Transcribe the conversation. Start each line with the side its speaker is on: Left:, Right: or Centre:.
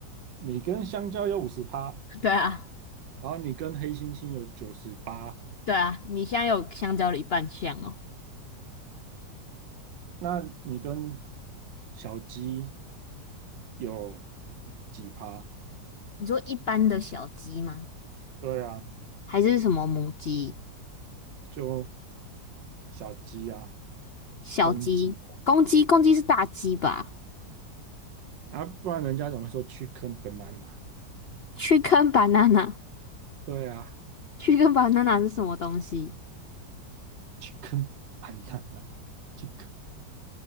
Right: 你跟香蕉有五十趴，
Left: 对啊，
Right: 然后你跟黑猩猩有九十八，
Left: 对啊，你现在有香蕉的一半像哦。
Right: 那你跟小鸡有几趴？
Left: 你说一般的小鸡吗？
Right: 对啊，
Left: 还是什么母鸡、
Right: 就小鸡啊，
Left: 小鸡、
Right: 公鸡
Left: 公鸡？公鸡是大鸡吧？
Right: 啊，啊不然人家怎么说去坑 banana？
Left: 去跟 <laughs> banana，
Right: 对啊
Left: 去跟 banana 是什么东西？
Right: 去坑 b a n a n a 去坑